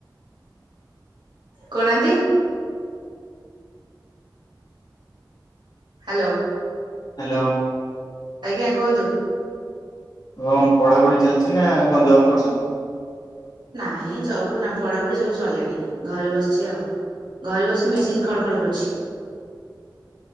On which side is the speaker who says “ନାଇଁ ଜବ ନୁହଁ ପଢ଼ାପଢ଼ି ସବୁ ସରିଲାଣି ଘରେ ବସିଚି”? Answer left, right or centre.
Right